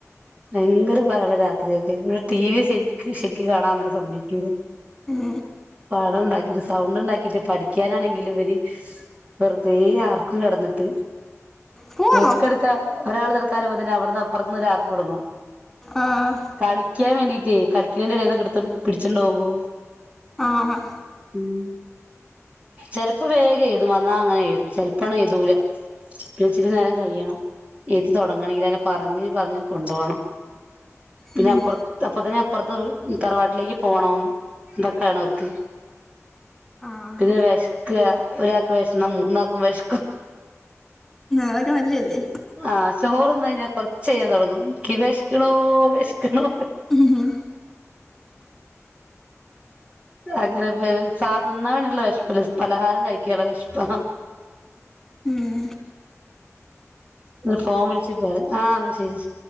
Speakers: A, on the right (about 25°); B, in the centre.
A: ഭയങ്കര ബഹളാ രാത്രിയൊക്കെ. <unintelligible> ടി വി സരിക്ക് ശരിക്ക് കാണാൻ ങ്ങനെ സമ്മയ്ക്കൂല.
B: ഉം
A: പടം ഇണ്ടാക്കീട്ട് സൗണ്ട്ണ്ടാക്കീട്ട് പഠിക് ക്കാനാണെങ്കിലും ഇവര് വെറുതേ ആർ ക്കും കെടന്നിട്ട്
B: പോവാന്നോ
A: ബുക്കെടുക്കാ ഒരാള് തെര ക്കാ തന്നെ അവിടെന്നാ പൊറത്ത് നിന്നൊരാറ് തൊടങ്ങും
B: ആഹ്
A: കളിക്കാൻ വേണ്ടീട്ടേ കളിക്കിണേന്റെ എടേന്നൊക്കെ എടുത്തോ പിടിച്ചോണ്ട് പോവുമ്പോ
B: ആഹ്
A: ഉം ചെലപ്പം വേഗം എഴുതും വന്നാ അങ്ങനെ ഏഴു എഴുതും ചെലപ്പാണ് എയ്തൂല പിന്നെ ഇച്ചിരി നേരം കയിയണം എയ്തി തൊടങ്ങണെങ്കില് അങ്ങനെ പറഞ്ഞ് പറഞ്ഞ് കൊണ്ടോണം പിന്നെ
B: ഉം
A: അപ്പുറത്ത് അപ്പത്തന്നെ അപ്പറത്ത് തറവാട്ടിലേക്ക് പോണം ഇതൊക്കെയാണ് അവർക്ക്
B: ആഹ്
A: പിന്നെ വെശക്കുവാ ഒരാ ക്ക് വെശന്നാ മൂന്നാക്കും വെശ
B: അതൊക്കെ നല്ലയല്ലേ
A: ആ ചോറ് തിന്ന് കയിഞ്ഞാ കൊറ ചെയ്യാൻ തൊടങ്ങും ക്കി വെശ്ക്ക്ണോ വെശ്ക്ക്ണോ
B: ഉം
A: അങ്ങനെ വേവ് സാ തിന്നാൻ വേണ്ടീട്ട്ള്ള വെശ്പ്പല്ല പലഹാരം കയിക്കാൻള്ള വെശ്പ്പാ
B: ഉം
A: ഉം അ ഫോൺ വിളിച്ചി <unintelligible> ആഹ് എന്നാ ശരി ശ